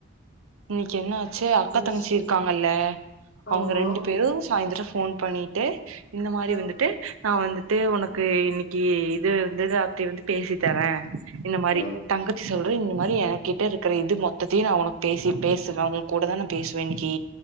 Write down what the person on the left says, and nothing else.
ஃப்
ஆமா
அ
அ